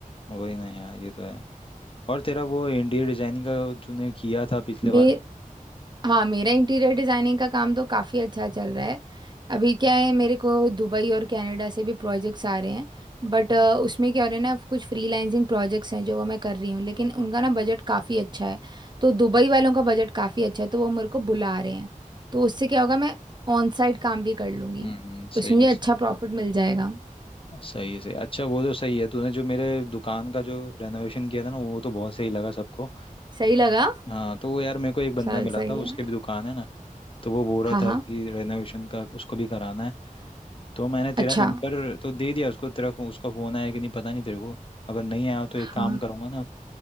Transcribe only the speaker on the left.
वही ना यार ये तो है और तेरा वो इंटीरियर डिजाइनिंग का तूने किया था पिछले
बार
हम्म,
हम्म,
सही
है
सही है सही है। अच्छा वो तो सही है तूने जो मेरे दुकान का जो रेनोवेशन किया था ना वो तो बहुत सही लगा सबको
हाँ तो वो यार मेरे को एक बंदा
मिला
था उसके
भी दुकान है ना तो वो बोल रहा
था
कि रेनोवेशन का उसको भी कराना है तो मैंने तेरा
नंबर तो दे दिया उसको तेरा फो, उसका फ़ोन आया कि नहीं पता नहीं तेरे को अगर नहीं आया तो एक
काम करूंगा ना